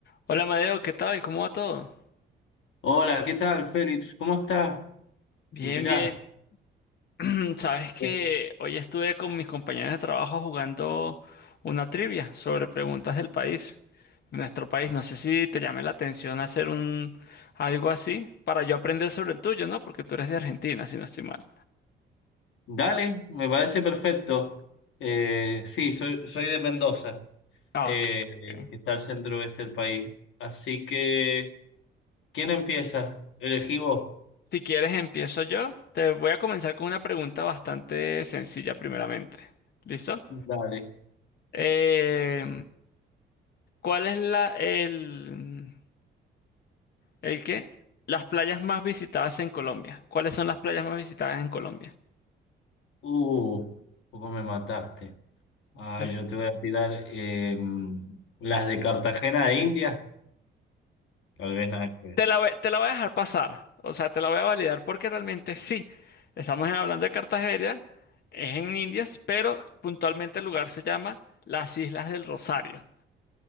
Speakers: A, on the left; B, on the left.
A: Hola Madeo, ¿qué tal? ¿Cómo va todo?
B: Hola, ¿qué tal, Félix? ¿Cómo estás?
A: Bien,
B: Mirá,
A: bien. <clears throat> Sabes que
B: Bien.
A: hoy estuve con mis compañeros de trabajo jugando una trivia sobre preguntas del país, de nuestro país. No sé si te llame la atención hacer un algo así para yo aprender sobre el tuyo, ¿no? Porque tú eres de Argentina, si no estoy mal.
B: dale, me parece perfecto. Eh, sí, soy, soy de Mendoza,
A: Ah,
B: eh,
A: Ok, ok.
B: que está al centro oeste del país. Así que, ¿quién empieza? Elegí vos.
A: Si quieres empiezo yo. Te voy a comenzar con una pregunta bastante sencilla primeramente. ¿Listo?
B: Dale.
A: Eh, ¿cuál es la el El que las playas más visitadas en Colombia. ¿Cuáles son las playas más visitadas en Colombia?
B: Uh, poco me mataste. Ah,
A: Eh,
B: yo te voy a tirar eh, las de Cartagena de India. Tal vez nada que ver.
A: Te la voy, te la voy a dejar pasar, o sea, te la voy a validar porque realmente sí. Estamos hablando de Cartagena, es en Indias, pero puntualmente el lugar se llama las Islas del Rosario.